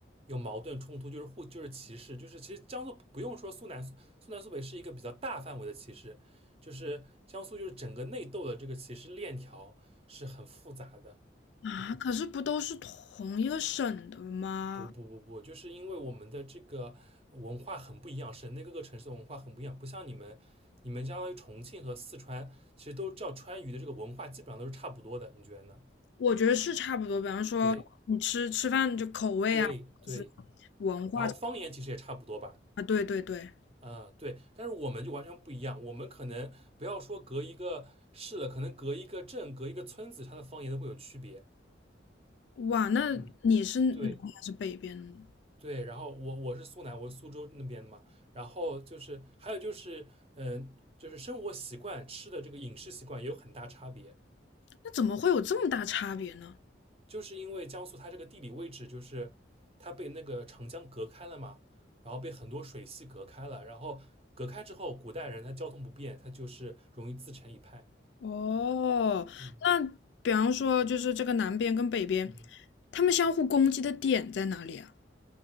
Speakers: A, on the right; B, on the left.
A: 有矛盾冲突就是互就是歧视，就是其实江苏不用说苏南苏南苏北是一个比较大范围的歧视，就是江苏就是整个内斗的这个歧视链条是很复杂的。
B: 啊，
A: 嗯。
B: 可是不都是同一个省的吗？
A: 不不不不，就是因为我们的这个文化很不一样，省内各个城市的文化很不一样，不像你们，你们相当于重庆和四川，其实都叫川渝的这个文化基本上都是差不多的，你觉得呢？
B: 我觉得是差不多，比方说你吃吃饭就口味啊，
A: 对对对，
B: 就是文化
A: 然后方言其实也差不多吧，
B: 啊，对对对。
A: 啊、对，但是我们就完全不一样，我们可能不要说隔一个市了，可能隔一个镇、隔一个村子，它的方言都会有区别。
B: 哇，那你是南边还是北边的呢？
A: 嗯，对。对，然后我我是苏南，我是苏州那边的嘛，然后就是还有就是，嗯，就是生活习惯、吃的这个饮食习惯也有很大差别，
B: 那怎么会有这么大差别呢？
A: 就是因为江苏它这个地理位置，就是它被那个长江隔开了嘛，然后被很多水系隔开了，然后隔开之后，古代人他交通不便，他就是容易自成一派。
B: 哦，
A: 嗯
B: 那比方说就是这个南边跟北边，
A: 嗯，
B: 他们相互攻击的点在哪里啊？